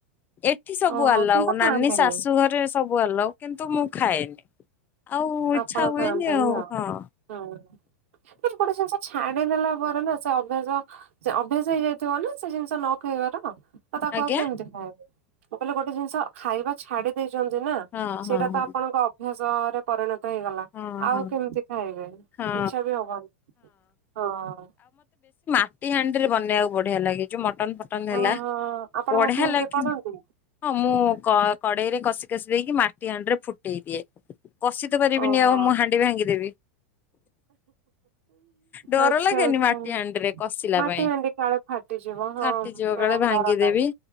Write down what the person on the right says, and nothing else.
ଓହୋ
କିନ୍ତୁ ଖାଆନ୍ତିନି
ଆପଣ
ଖାଆନ୍ତିନି
ହୁଁ ଗୋଟେ ଜିନିଷ ଛାଡିଦେଲା ପରେ ନା ସେ ଅଭ୍ୟାସ ସେ ଅଭ୍ୟାସ ହେଇଯାଇଥିବ ନା ସେ ଜିନିଷ ନ ଖାଇବାର ତ ତାକୁ
ଆଉ କେମିତି ଖାଇବୁ ମୁଁ କହିଲି ଗୋ ଜିନିଷ ଖାଇବା ଛାଡି ଦେଇଛନ୍ତି ନା
ସେଇଟା
ତ ଆପଣଙ୍କ ଅଭ୍ୟାସରେ <unintelligible> ହେଇଗଲା
ଆଉ
କେମିତି ଖାଇବେ
ଇଛା ବି ହବନି ହଁ।
ଓହୋ ଆପଣ
ମାଟି ହାଣ୍ଡିରେ
କରନ୍ତି
ଓହୋ।
ଆଚ୍ଛା
ଆଚ୍ଛା।
ମାଟି
ହାଣ୍ଡି କାଳେ ଫାଟିଯିବ ହଁ
ମ୍ୟାଡାମ
ଡର ଲାଗେ